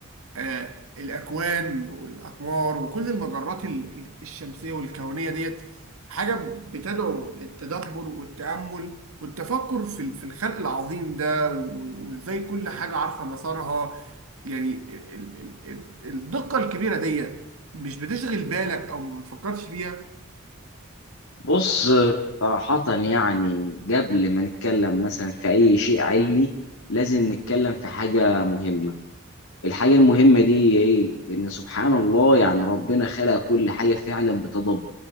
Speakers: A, on the right; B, on the left.
A: آه، الأكوان والأقمار وكل المجرات ال- ال- الشمسية والكونية ديت حاجة بتدعو للتدبر والتأمل والتفكر في ال- في الخلق العظيم ده و- وإزاي كل حاجة عارفة مسارها يعني ال- ال- ال- الدقة الكبيرة ديت مش بتشغل بالك أو ما بتفكرش فيها
B: بص صراحة يعني قبل ما نتكلم مثلا في اي شيء علمي لازم نتكلم في حاجة مهمة الحاجة المهمة دي هي ايه؟ ان سبحان الله يعني ربنا خلق كل حاجة فعلا بتدبر